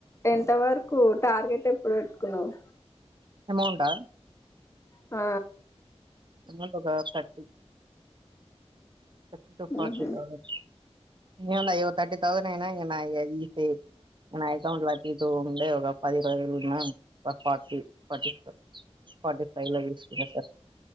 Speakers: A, on the left; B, on the right.
A: ఎంత వరకు టార్గెట్ ఎప్పుడు పెట్టుకునవ్
B: అమౌంటా
A: ఆ
B: అమౌంట్ ఒక థర్టీ తక్కువ్ తక్కువ ఫార్టీ
A: ఉహు
B: థౌసండ్ ఏమ్లా అయ్యో థర్టీ థౌసండ్ అయినా ఇంగా నాయి ఏస నా అకౌంట్ లో ర్టీ టూ ఉండే ఒక పది రోజలున్నా ఒక ఫార్టీ ఫార్టీ ఫార్టీ ఫైవ్ లో తీస్కు